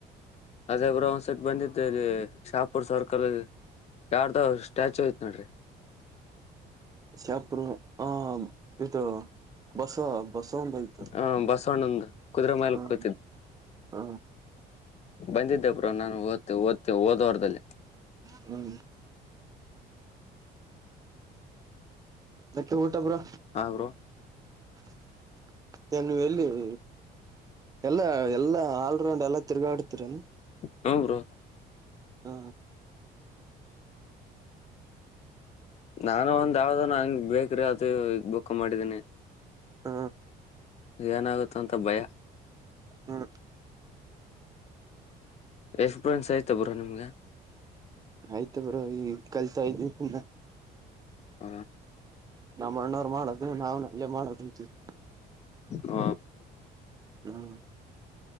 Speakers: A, on the left (about 40°); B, on the right (about 20°).
A: ಅದೇ ಬ್ರೋ ಒಂದ್ಸತಿ ಬಂದಿದ್ದಲ್ಲಿ ಶಾಪುರ್ ಸರ್ಕಲ್ <unintelligible> ಯಾರ್ದ ಸ್ಟ್ಯಾಚೂ ಐತ್ ನೋಡ್ರಿ.
B: ಶಾಪರ ಹ ಇದು ಬಸ್ವ ಬಸ್ವ ಅಂತ ಐತದ
A: ಆ ಬಸವಣ್ಣಂದು ಕುದುರೆ
B: <unintelligible>
A: ಮೇಲೆ ಕೂತಿದ್
B: ಹ ಹ
A: ಬಂದಿದ್ದೆ ಬ್ರೋ ನಾನು ಓದ್ತೆ ಓದ್ತೆ ಓದ್ ವಾರ್ದಲ್ಲಿ.
B: ಹ್ಮ ಮತ್ತೆ ಊಟ ಬ್ರೋ
A: ಹ ಬ್ರೋ
B: <unintelligible> ನು ಎಲ್ಲಿಗ ಎಲ್ಲಾ ಎಲ್ಲಾ ಆಲ್ರೌಂಡ್ ಎಲ್ಲಾ ತಿರ್ಗಾಡ್ತರನು
A: ಹೂಮ್ ಬ್ರೋ.
B: ಹ್ಮ
A: ನಾನು ಒಂದ್ ಯಾವ್ದ ಬೇಕ್ರೀ ಅದು ಬುಕ್ಕಾ ಮಾಡಿದೀನಿ
B: ಹ
A: ಏನಾಗುತ್ತ ಅಂತ ಭಯ.
B: ಹ್ಮ
A: ಎಕ್ಸ್ಪೀರಿಯನ್ಸ್ ಆಯ್ತಾ ಬ್ರೋ ನಿಮ್ಗೆ.
B: ಆಯ್ತ್ ಬ್ರೋ ಈ ಕಲ್ತಾ ಇದ್ವಿ ಪು
A: ಹ
B: ನಮ್ಮ್ ಅಣ್ಣೋರು ಮಾಡೋದು ನಾವು ನಂಗೆ ಮಾಡ್ಕುಂತಿವಿ.
A: ಹ
B: ಹ್ಮ್